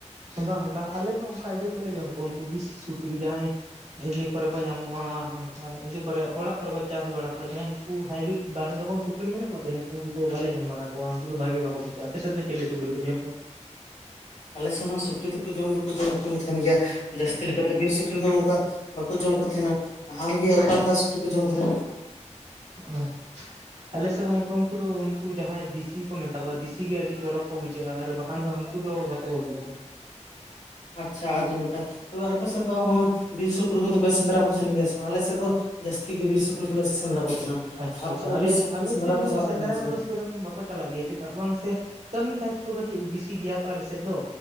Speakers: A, on the right (about 70°); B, on the left (about 75°).
A: ᱵᱟᱝᱟᱦ ᱟᱞᱮ ᱫᱚ ᱚᱱᱠᱟ, ᱤᱭᱟᱹ ᱠᱚᱞᱮ ᱡᱚᱢ ᱠᱚᱣᱟ ᱩᱱᱠᱩ ᱫᱤᱥᱤ ᱥᱩᱠᱨᱤ ᱡᱟᱦᱟᱸᱭ ᱤᱭᱟᱹ ᱠᱚᱨᱮ ᱠᱚ ᱧᱟᱢᱚᱜᱼᱟ, ᱚᱱᱠᱟ ᱤᱭᱟᱹ ᱠᱚᱨᱮ ᱚᱲᱟᱜ ᱠᱚᱨᱮ ᱠᱚ ᱪᱟᱥ ᱵᱟᱲᱟ ᱠᱚᱣᱟ, ᱡᱟᱦᱟᱸᱭ ᱦᱟᱭᱵᱨᱤᱰ ᱵᱟᱨᱮ ᱨᱚᱠᱚᱢ ᱥᱩᱠᱨᱤ ᱢᱮᱱᱟᱜ ᱠᱚᱛᱮ, ᱤᱱᱟᱹ ᱩᱱᱠᱩ ᱫᱚ ᱵᱟᱮ ᱡᱚᱢ ᱵᱟᱲᱟ ᱠᱚᱣᱟ, ᱩᱱᱠᱩ ᱫᱚ ᱵᱷᱟᱜᱮ ᱵᱟᱠᱚᱩᱷᱟᱹᱜᱼᱟ᱾ ᱯᱮᱥᱮ ᱫᱚ ᱪᱮᱞᱮ ᱥᱩᱜᱨᱤ ᱯᱮ ᱡᱚᱢ ᱠᱚᱳᱣᱟ᱾
B: ᱟᱞᱮ ᱥᱮᱫ ᱦᱚᱸ, ᱥᱩᱠᱨᱤ ᱫᱚᱠᱚ ᱡᱚᱢ ᱫᱚᱠᱚ ᱡᱚᱢ ᱠᱚ ᱛᱟᱦᱮᱱ ᱜᱮᱭᱟ᱾ ᱡᱟᱹᱥᱛᱤ
A: ᱦᱮᱸ
B: ᱞᱮᱠᱟᱛᱮ ᱵᱤᱨ ᱥᱩᱠᱨᱤ ᱫᱚ ᱚᱱᱠᱟ ᱵᱟᱠᱚ ᱡᱚᱢ ᱠᱚ ᱛᱟᱦᱮᱸᱱᱟ᱾ ᱟᱢᱜᱮ ᱚᱠᱟ ᱞᱮᱠᱟ ᱥᱩᱠᱨᱤ ᱯᱮ ᱡᱚᱢ ᱠᱮᱫᱮᱟ᱾
A: ᱦ <unintelligible> ᱟᱞᱮᱥᱮᱫ ᱜᱚᱠ ᱩᱱᱠᱩ ᱫᱚ ᱩᱱᱠᱩ ᱡᱟᱦᱟᱸᱭ ᱫᱤᱥᱤ ᱠᱚ ᱢᱮᱛᱟ ᱠᱚᱣᱟ, ᱫᱮᱥᱤ ᱜᱮ ᱟᱹᱰᱤ ᱪᱚᱨᱚᱠ ᱠᱚ ᱵᱩᱡᱷᱟᱹᱜᱼᱟ, ᱟᱨ ᱵᱟᱠᱷᱟᱱ ᱫᱚ ᱠᱩ ᱫᱚ <unintelligible>
B: ᱟᱪᱷᱟ ᱟᱹᱰᱤ ᱱᱟᱯᱟᱭ ᱛᱚᱵᱮ ᱟᱯᱮ ᱥᱮᱫ ᱫᱚ ᱵᱤᱨ ᱥᱩᱠᱨᱤ ᱠᱚᱫᱚᱯᱮ ᱥᱮᱸᱫᱽᱨᱟ ᱠᱚ ᱜᱮᱭᱟ ᱵᱟᱝ, ᱟᱞᱮ ᱥᱮᱫ ᱫᱚ ᱡᱟᱹᱥᱛᱤ ᱜᱮ ᱵᱤᱨ ᱥᱩᱠᱨᱤ ᱠᱚᱞᱮ ᱥᱮᱸᱫᱽᱨᱟ ᱠᱚ ᱛᱟᱦᱮᱱᱟ᱾
A: ᱟᱪᱪᱷᱟ
B: ᱟᱯᱮ
A: ᱟᱪᱪᱷᱟ
B: ᱫᱚ
A: ᱟᱞᱮ
B: ᱵᱤᱨ ᱥᱩᱠᱨᱤ
A: ᱟᱞᱮᱥᱮᱫ
B: ᱥᱮᱸᱫᱽᱨᱟ ᱯᱮ
A: ᱦᱚᱸ
B: ᱪᱟᱞᱟᱜ
A: ᱥᱮᱸᱫᱽᱨᱟ
B: ᱛᱟᱦᱮᱱ ᱜᱮᱭᱟ ᱥᱮ
A: ᱠᱚᱫᱚ ᱥᱮᱨᱚᱠᱚᱢ ᱵᱟᱠᱚ ᱪᱟᱞᱟᱜ ᱜᱮᱭᱟ ᱪᱮᱫᱟᱜ ᱵᱟᱝ ᱥᱮ ᱠᱟᱹᱢᱤ ᱠᱟᱡ ᱠᱚ ᱠᱟᱹᱴᱤᱡ ᱵᱤᱥᱤ ᱜᱮᱭᱟ ᱛᱚ ᱟᱞᱮᱥᱮᱫ ᱫᱚ